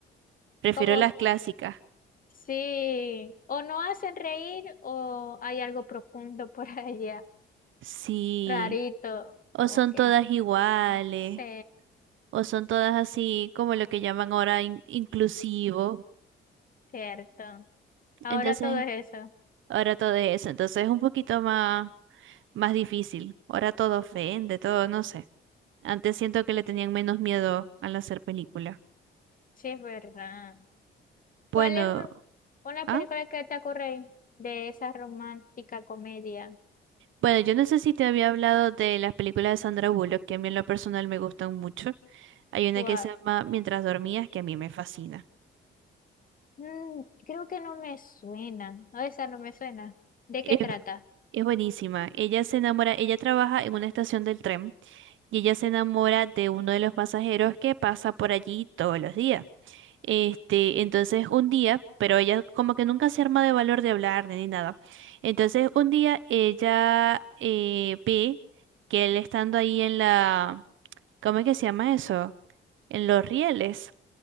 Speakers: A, on the right; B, on the left.
A: Prefiero
B: como
A: las clásicas.
B: sí, o no hacen reír o hay algo profundo por allá,
A: Sí.
B: rarito,
A: O
B: como
A: son
B: que.
A: todas iguales.
B: Sí,
A: O son todas así como lo que llaman ahora in- inclusivo.
B: cierto. Ahora
A: Entonces,
B: todo es eso.
A: ahora todo es eso. Entonces es un poquito más, más difícil. Ahora todo ofende, todo, no sé. Antes siento que le tenían menos miedo al hacer películas.
B: Sí, es verdad.
A: Bueno,
B: ¿Cuál es un- una película
A: ah,
B: que te ocurre de esa romántica comedia?
A: bueno, yo no sé si te había hablado de las películas de Sandra Bullock, que a mí en lo personal me gustan mucho. Hay una
B: cuál
A: que se llama Mientras dormías, que a mí me fascina.
B: Mm, creo que no me suena. No, esa no me suena. ¿De
A: Es,
B: qué trata?
A: es buenísima. Ella se enamora, ella trabaja en una estación del tren y ella se enamora de uno de los pasajeros que pasa por allí todos los días. Este, entonces un día, pero ella como que nunca se arma de valor de hablar ni nada. Entonces un día ella eh, ve que él estando ahí en la ¿Cómo es que se llama eso? En los rieles,